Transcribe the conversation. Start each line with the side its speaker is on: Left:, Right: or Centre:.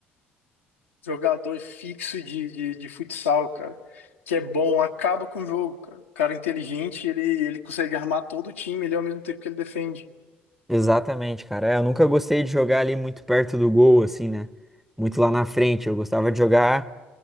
Left: jogador fixo de, de, de futsal, cara, que é bom, acaba com o jogo, cara. Cara é inteligente, ele, ele consegue armar todo o time, ele ao mesmo tempo que ele defende.
Centre: Exatamente, cara. É, eu nunca gostei de jogar ali muito perto do gol, assim, né? Muito lá na frente. Eu gostava de jogar.